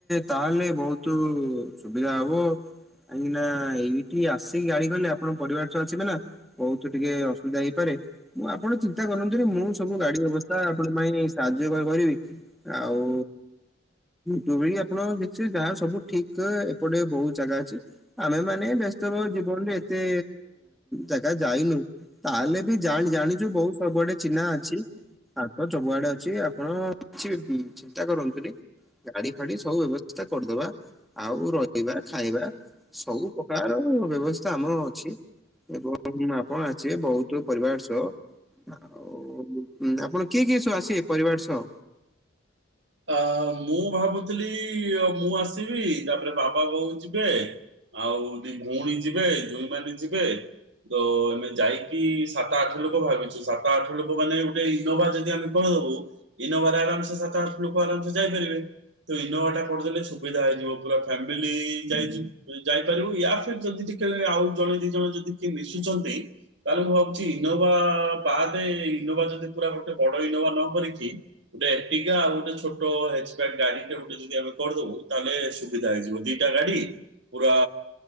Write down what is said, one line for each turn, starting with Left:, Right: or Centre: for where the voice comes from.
Centre: ତାହେଲେ ବୋହୁତୁ ସୁବିଧା ହବ। କାଁଇକି ନା ଏଇଟି ଆସିକି ଗାଡି କଲେ ଆପଣ ପରିବାର ସ ଆସିବେ ନା ବୋହୁତ ଟିକେ ଅସୁବିଧା ହେଇପାରେ ମୁଁ ଆପଣ ଚିନ୍ତା କରନ୍ତୁନି ମୁଁ ସବୁ ଗାଡି ବ୍ୟବସ୍ଥା ଆପଣଙ୍କ ପାଇଁ ସାହାଯ୍ୟ କ କରିବି ଆଉ ଦୋଳି ଆପଣ ଦେଖିବେ ଯାହା ସବୁ ଠିକ ଏପଟେ ବୋହୁତ ଜାଗା ଅଛି ଆମେମାନେ ବ୍ୟସ୍ତ ବ ଜୀବନରେ ଏତେ ଜାଗା ଯାଇନୁ ତାହେଲେ ବି ଜାଣି ଜାଣିଚୁ ବୋହୁତ ସବୁଆଡେ ଚିହ୍ନା ଅଛି। ହାତ ସବୁଆଡେ ଅଛି ଆପଣ କିଛି ବି ଚିନ୍ତା କରନ୍ତୁନି। ଗାଡି ଫାଡି ସବୁ ବ୍ୟବସ୍ଥା କରିଦବା। ଆଉ ରହିବା ଖାଇବା ସବୁ ପ୍ରକାର ବ୍ୟବସ୍ଥା ଆମର ଅଛି। ଏବଂ ଆପଣ ଆଛି ଏ ବୋହୁତୁ ପରିବାର ସହ ଆଉ ଉଁ ଆପଣ କିଏ କିଏ ସବୁ ଆସିବେ ପରିବାର ସହ।
Right: ଆ ମୁଁ ଭାବୁଥିଲି ମୁଁ ଆସିବି ତାପରେ ବାବା ବୋଉ ଯିବେ ଆଉ ଦି ଭୋଉଣୀ ଯିବେ ଯୋଇଁ ମାନେ ଯିବେ ତ ଆମେ ଯାଇକି ସାତ ଆଠ ଲୋକ ଭାବିଚୁ ସାତ ଆଠ ଲୋକ ମାନେ ଗୋଟେ ଇନୋଭା ଯଦି ଆମେ କଦବୁ ଇନୋଭାରେ ଆରାମସେ ସାତ ଆଠ ଲୋକ ଆରାମସେ ଯାଇପାରିବେ। ତ ଇନୋଭା ଟା କରିଦେଲେ ସୁବିଧା ହେଇଯିବ ପୁରା ଫାମିଲି ଯାଇଚୁ ଯାଇପାରିବୁ ୟା ଫିର୍ ଯଦି ଟି କେ ଆଉ ଜଣେ ଦି ଜଣ ଯଦି କିଏ ମିଶୁଚନ୍ତି ତାହେଲେ ମୁଁ ଭାବୁଚି ଇନୋଭା ବାଦେ ଇନୋଭା ଯଦି ପୁରା ଗୋଟେ ବଡ ଇନୋଭା ନ କରିକି ଗୋଟେ ଏଟିଗା ଆଉ ଗୋଟେ ଛୋଟ ହେଚ୍ ବ୍ୟାକ ଗାଡିଟେ ଗୋଟେ ଯଦି ଆମେ କରିଦବୁ ତାହଲେ ସୁବିଧା ହେଇଯିବ। ଦିଟା ଗାଡି ପୁରା